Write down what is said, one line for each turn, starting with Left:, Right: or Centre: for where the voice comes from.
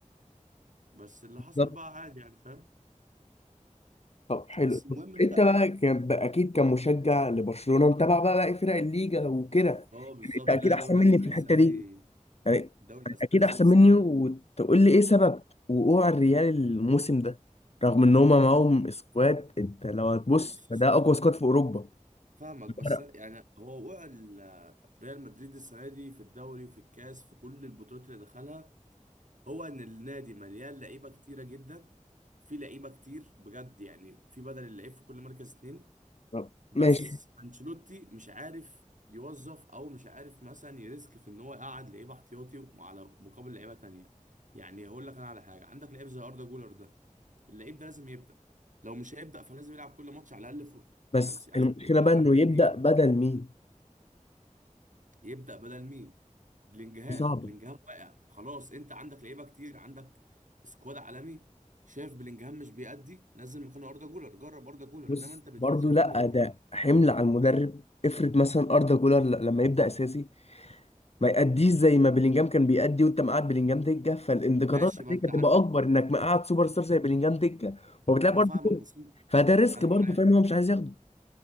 Right: بس اللي حصل
Left: بالظبط
Right: بقى عادي يعني فاهم
Left: طب حلو
Right: بس المهم
Left: طب
Right: انت
Left: انت بقى كان بقى اكيد كمشجع لبرشلونه متابع بقى باقي فرق الليجا وكده يعني
Right: اه بالظبط
Left: انت اكيد
Right: لا الدوري
Left: احسن مني
Right: الاسباني
Left: في الحته
Right: السنه
Left: دي
Right: دي
Left: يعني
Right: الدوري الاسباني
Left: اكيد
Right: السنه
Left: احسن
Right: دي سخنيه
Left: مني وتقول لي ايه سبب وقوع الريال الموسم ده رغم ان هما معاهم سكواد انت لو هتبص
Right: بص
Left: فده اقوى سكواد في اوروبا
Right: فاهمك بس
Left: فرق.
Right: يعني هو وقع ال- ريال مدريد السنه دي في الدوري في الكاس في كل البطولات اللي دخلها هو ان النادي مليان لعيبه كتيره جدا في لعيبه كتير بجد يعني في بدل اللعيب في كل مركز اتنين
Left: طب،
Right: بس
Left: ماشي
Right: انشيلوتي مش عارف يوظف او مش عارف مثلا يريسك في ان هو يقعد لعيبه احتياطي على مقابل لعيبه تانية يعني هقول لك انا على حاجه عندك لعيب زي اردا جولر ده اللعيب ده لازم يبدا لو مش هيبدا فلازم يلعب كل ماتش على الاقل فوق
Left: بس
Right: 50 اخر
Left: المشكله
Right: اخر
Left: بقى انه
Right: 40
Left: يبدا
Right: دقيقه
Left: بدل مين
Right: يبدأ بدل مين بلينجهام
Left: دي صعبه
Right: بلينجهام واقع خلاص انت عندك لعيبه كتير عندك سكواد عالمي شايف بلينجهام مش بيأدي نزل مكانه اردا جولر جرب اردا جولر
Left: بص
Right: انما انت بترسك
Left: برضو
Right: كل
Left: لا
Right: مره
Left: ده حمل على المدرب افرض مثلا اردا جولر ل- لما يبدا اساسي ما يأديش زي ما بلينجهام كان بيأدي وانت مقعد بلينجهام دكه فالانتقادات
Right: ماشي ما
Left: عليك
Right: انت
Left: هتبقى
Right: عندك
Left: اكبر انك مقعد سوبر ستار زي بلينجهام دكه وبتلاقي
Right: انا
Left: برضو
Right: فاهمك
Left: كده.
Right: بس انت-
Left: فده ريسك
Right: انا
Left: برضو
Right: معاك
Left: فاهم هو مش عايز ياخده